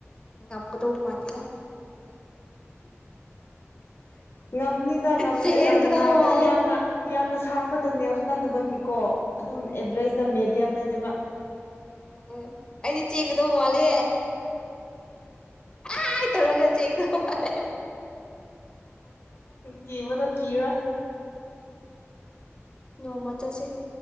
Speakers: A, on the left (about 20°); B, on the left (about 55°).
A: ꯉꯝꯒꯥꯗꯧ ꯃꯥꯟꯗ
B: ꯉꯝꯅꯤꯗ ꯉꯝꯅꯤꯗ
A: ꯆꯦꯟꯒꯗꯧ
B: ꯌꯥꯝ ꯅꯨꯡꯉꯥꯏꯔꯕꯅꯦ
A: ꯃꯥꯜꯂꯦ
B: ꯌꯥꯝꯅ ꯌꯥꯝꯅ ꯁꯥꯡꯕ ꯇꯅꯦꯜꯁꯨ ꯅꯠꯇꯕꯒꯤꯀꯣ ꯑꯗꯨꯝ ꯑꯦꯚꯔꯦꯁꯇ ꯃꯦꯗꯤꯌꯝꯗꯅꯦꯕ
A: ꯑꯣ ꯑꯩꯗꯤ ꯆꯦꯡꯒꯗꯧꯕ ꯃꯥꯜꯂꯦ ꯑꯥ ꯇꯧꯔꯒ ꯆꯦꯟꯗꯩꯕ ꯃꯜꯂꯤ
B: ꯀꯤꯕꯗꯨ ꯀꯤꯔꯥꯔꫭꯏ
A: ꯅꯣꯡꯃ ꯆꯠꯁꯦ